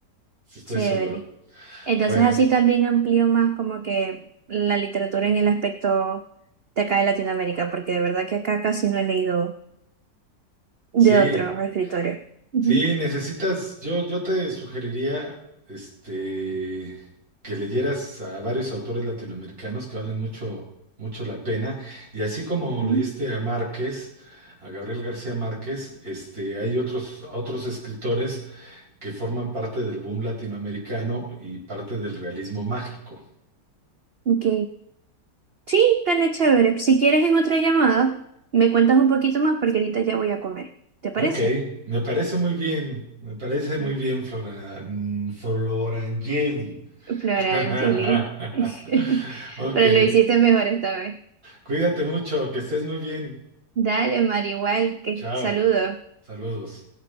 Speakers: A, on the right; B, on the right.
A: estoy
B: Chévere.
A: seguro.
B: Entonces
A: Bueno,
B: así también amplío más como que la literatura en el aspecto de acá de Latinoamérica, porque de verdad que acá casi no he leído de
A: sí.
B: otros escritores. Ujú.
A: Sí, necesitas, yo, yo te sugeriría este, que leyeras a varios autores latinoamericanos que valen mucho, mucho la pena. Y así como leíste
B: Ujú.
A: a Márquez, a Gabriel García Márquez, este, hay otros, otros escritores que forman parte del boom latinoamericano y parte del realismo mágico.
B: Ok. Sí, dale chévere. Si quieres en otra llamada, me cuentas un poquito más porque ahorita ya voy a comer. ¿Te parece?
A: Ok, me parece muy bien, me parece muy bien, Flora, mm, Florangeli.
B: Flora
A: <laughs>
B: Angeli. <laughs>
A: Ok.
B: Pero lo hiciste mejor esta vez.
A: Cuídate mucho, que estés muy bien.
B: Dale, Marihual, que
A: Chao.
B: saludos.
A: Saludos.